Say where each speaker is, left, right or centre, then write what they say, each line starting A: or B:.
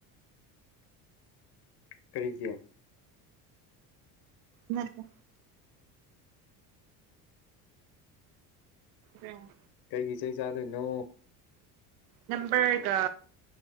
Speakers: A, on the left; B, on the right.
A: ꯀꯔꯤꯒꯤ
B: ꯅꯠꯇꯦ ꯎꯝ
A: ꯀꯩꯒꯤ ꯆꯩ ꯆꯥꯗꯣꯏꯅꯣ
B: ꯅꯝꯕꯔꯒ